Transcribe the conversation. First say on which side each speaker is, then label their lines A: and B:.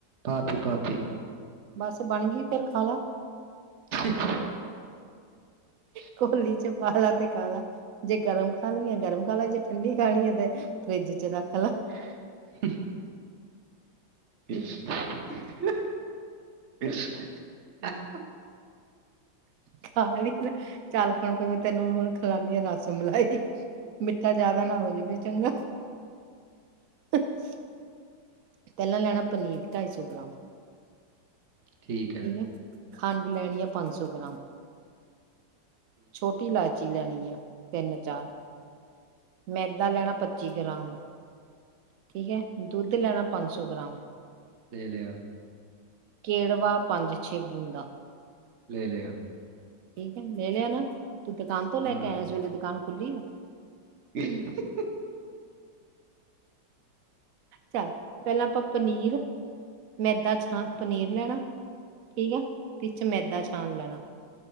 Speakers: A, on the right; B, on the right.
A: ਪਾਤੀ-ਪਾਤੀ।
B: ਬਸ ਬਣ ਗਈ ਫੇਰ ਖਾ ਲਾ।
A: <inaudible>
B: ਕੋਲੀ ਚ ਪਾਲਾ ਤੇ ਖਾਲਾ। ਜੇ ਗਰਮ ਖਾਣੀ ਗਰਮ ਖਾ ਲਾ, ਜੇ ਠੰਡੀ ਖਾਣੀ ਏ ਤੇ ਫਰਿੱਜ ਚ ਰੱਖ ਲਾ।
A: <inaudible> <unintelligible>
B: ਖਾ ਲਈ ਚੱਲ ਫਿਰ ਹੁਣ ਮੈਂ ਤੈਨੂੰ ਹੁਣ ਖਲਾਨੀ ਆ ਰਸ ਮਲਾਈ। ਮਿੱਠਾ ਜਿਆਦਾ ਨਾ ਹੋ ਜਾਵੇ ਚੰਗਾ ਪਹਿਲਾਂ ਲੈਣਾ ਪਨੀਰ ਢਾਈ ਸੌ ਗ੍ਰਾਮ
A: ਠੀਕ।
B: ਠੀਕ ਏ, ਖੰਡ ਲੈਣੀ ਆ ਪੰਜ ਸੋ ਗ੍ਰਾਮ। ਛੋਟੀ ਇਲਾਚੀ ਲੈਣੀ ਆ ਤਿੰਨ-ਚਾਰ, ਮੈਦਾਂ ਲੈਣਾ ਪੱਚੀ ਗ੍ਰਾਮ ਠੀਕ ਐ, ਦੁੱਧ ਲੈਣਾ ਪੰਜ ਸੌ ਗ੍ਰਾਮ
A: ਲੇ ਲਿਆ।
B: ਕੇੜਵਾ ਪੰਜ-ਛੇ ਬੂੰਦਾ
A: ਲੈ ਲਏਆ
B: ਠੀਕ ਏ, ਲੈ ਲਿਆ ਨਾ, ਤੂੰ ਦੁਕਾਨ ਤੋਂ ਲੈ
A: ਹਾਂ
B: ਕੇ ਆਇਆ ਇਸ ਵੇਲੇ ਦੁਕਾਨ ਖੁੱਲੀ ਆ।
A: <inaudible>
B: ਚੱਲ ਪਹਿਲਾਂ ਆਪਾਂ ਪਨੀਰ, ਮੈਦਾ ਛਾਨ, ਪਨੀਰ ਲੈਣਾ। ਠੀਕ ਏ ਤੇ ਵਿਚ ਮੈਦਾ ਛਾਨ ਲੈਣਾ